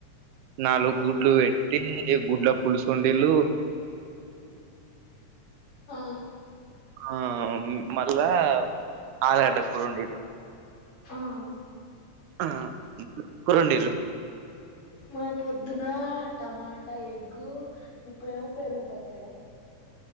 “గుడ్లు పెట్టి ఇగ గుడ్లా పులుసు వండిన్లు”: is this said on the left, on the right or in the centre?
Right